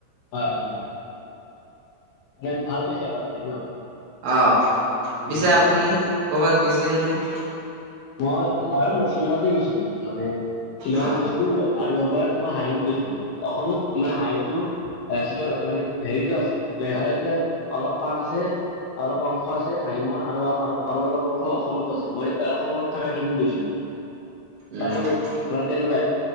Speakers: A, on the left; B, on the right.
A: হয়, হয়, হয়, মানে ভাল পাইছে আৰু আপুনি ন?
B: অ,
A: উম।
B: পিছে আপুনি কৰ'বাত গৈছিল নে?
A: মই ময়ো শ্বিলঙতে গৈছিলো মানে, শ্বিলঙত
B: অ
A: গৈছিলো আৰু এবাৰ মই হাহিম গৈছিলো অসমত মানে, হাহিমটো এ, শিল মানে হেৰিতো আছে মেঘালয়তে অলপ পাৰ্ট আছে অলপ অংশ আছে হাইমৰ আৰু আৰু আৰু অলপ অংশ অসমতো আছে, মই অসমৰ থাকাখিনি গৈছিলো তাতেও
B: উম
A: মানে তেনেকুৱা